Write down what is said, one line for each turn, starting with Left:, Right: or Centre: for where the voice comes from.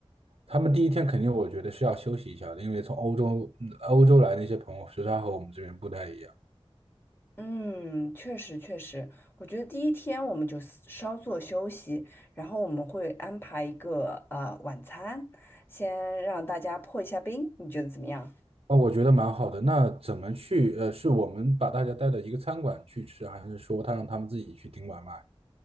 Right: 他们第一天肯定我觉得是要休息一下的，因为从欧洲嗯欧洲来那些朋友时差和我们这边不太一样。
Left: 嗯，确实确实，我觉得第一天我们就 s- 稍作休息，然后我们会安排一个呃晚餐，先让大家破一下冰，你觉得怎么样？
Right: 哦，我觉得蛮好的。那怎么去？呃，是我们把大家带到一个餐馆去吃，还是说他让他们自己去订外卖